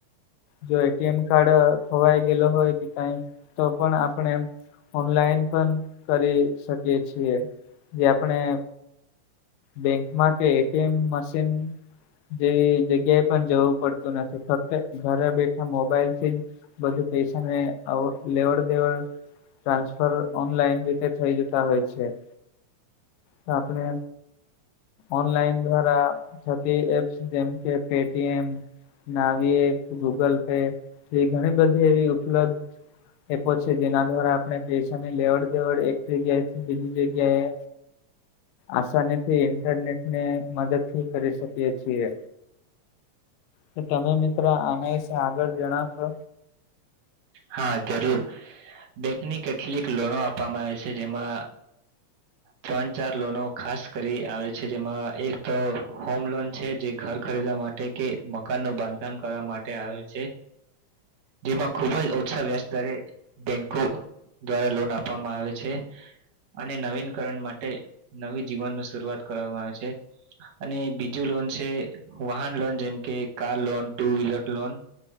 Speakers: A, on the left; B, on the right.
A: જો એટીએમ કાર્ડ ખોવાઈ ગયેલો હોય કે, કઈ તો પણ આપણે ઓનલાઈન પણ કરી શકીએ છીએ, જે આપણે બેંકમાં કે એટીએમ મશીન જેવી જગ્યાએ પણ જવું પડતું નથી, ફક્ત ઘરે બેઠા મોબાઈલથી જ બધું પૈસાને લેવડ દેવડ ટ્રાન્સફર ઓનલાઈન રીતે થઈ જતા હોય છે.
B: <unintelligible>
A: તો આપણે ઓનલાઈન દ્વારા થતી એપ્સ જેમ કે પે. ટી. એમ. નાવી એ ગૂગલ પે એવી ઘણી-બધી એવી ઉપલબ્ધ એ પછી જેના દ્વારા આપણે પૈસાની લેવડ-દેવડ એક જગ્યાએ બીજી જગ્યાએ
B: <unintelligible>
A: આસાની થી ઇન્ટરનેટ ને મદદ થી કરી શકીએ છીએ. તો તમે મિત્રો આના વિશે આગળ જણાવશો?
B: હા જરૂર, બેંકની કેટલીક લોનો આપવામાં આવે છે, જેમાં ત્રણ-ચાર લોનો ખાસ કરી આવે છે, જેમાં એક હોમ લોન છે, જે ઘર ખરીદવા માટે કે મકાન નું બાંધકામ કરવા માટે આવે છે. જેમાં ખુબ જ ઓછા વ્યાજદરે બેંકો દ્વારા લોન આપવામાં આવે છે, અને નવીન કરણ માટે નવી જીવન ન શરૂઆત કરવામાં આવે છે. અને બીજું લોન છે, વાહન લોન, જેમ કે car loan two wheeler loan.